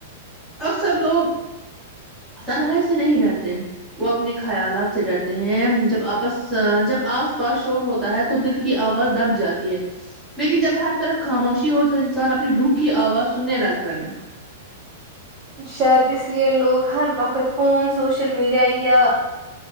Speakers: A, in the centre; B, on the right (about 15°).
A: اکثر لوگ تنہائی سے نہیں ڈرتے وہ اپنے خیالات سے ڈرتے ہیں جب آپس آ آس پاس شور ہوتا ہے تو دل کی آواز دب جاتی ہے لیکن جب ہر طرف خاموشی ہو جو انسان اپنی روح کی آواز سننے لگتا ہے
B: شاید اس لیے لوگ ہر وقت فون سوشل میڈیا یا